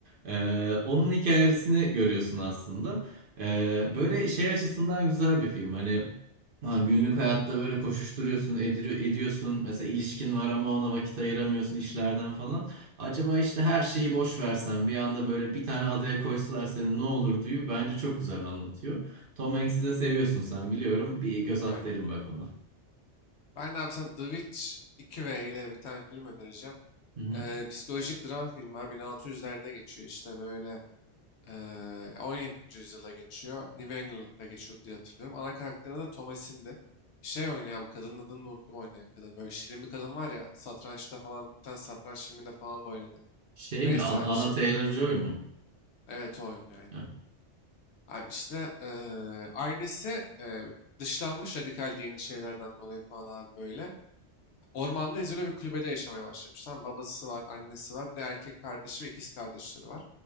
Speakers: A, on the right (about 55°); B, on the left (about 70°).
A: Ee, onun hikayesini görüyorsun aslında. Ee, böyle şey açısından güzel bir film. Hani ha, günlük hayatta böyle koşuşturuyorsun, ediriyor, ediyorsun. Mesela ilişkin var ama ona vakit ayıramıyorsun işlerden falan. Acaba işte her şeyi boş versen bir anda böyle bir tane adaya koysalar seni ne olur diyor. Bence çok güzel anlatıyor. Tom Hanks'i de seviyorsun sen biliyorum. Bir göz at
B: Aynen.
A: derim bak ona.
B: Ben de abi sana The Witch 2V ile bir tane film önereceğim.
A: Hı hı.
B: Eee, psikolojik dram filmi abi 1600'lerde geçiyor işte böyle Eee, 17. yüzyıla geçiyor. New England'da geçiyor diye hatırlıyorum. Ana karakterine de Thomasin'di. Şey oynuyor abi kadının adını da unuttum oynayan kadın. Böyle şirin bir kadın var ya satrançta falan bir tane satranç filminde falan da oynadı.
A: Şey
B: Neyse
A: mi? An-
B: abi
A: Anna
B: işte.
A: Taylor-Joy mu?
B: Evet o oynuyor aynen.
A: Heh,
B: Abi işte eee ailesi eee, dışlanmış radikal dini şeylerden dolayı falan abi böyle. Ormanda izole bir kulübede yaşamaya başlamış. Tamam babası var, annesi var, bir de erkek kardeşi ve ikiz kardeşleri var.